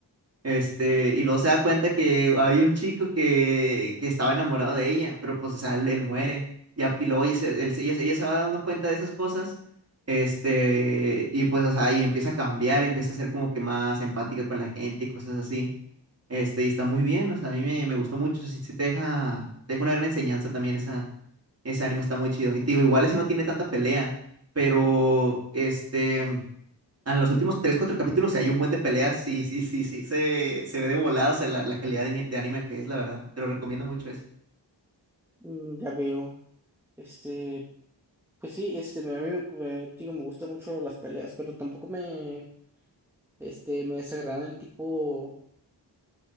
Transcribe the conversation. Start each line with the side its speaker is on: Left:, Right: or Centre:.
Right: Este, y luego se da cuenta que hay un chico que, que estaba enamorado de ella, pero pues, o sea, él, él muere. Y, a- y luego ella, se- él se- ella, ella se va dando cuenta de esas cosas, este, y pues, o sea, y empieza a cambiar, empieza a ser como que más empática con la gente y cosas así. Este, y está muy bien, o sea, a mí me, me gustó mucho, sí, sí te deja, te deja una gran enseñanza también esa, ese anime, está muy chido. Y te digo, igual ese no tiene tanta pelea, pero, este en los últimos 3 4 capítulos, si hay un buen de peleas, sí, sí, sí, sí, se, se ve de volado, o sea, la, la calidad de, ani- de anime que es, la verdad. Te lo recomiendo mucho eso.
Centre: Mm, ya veo. Este, pues sí, este, me, a mí me, digo, me gustan mucho las peleas, pero tampoco me, este, me desagradan el tipo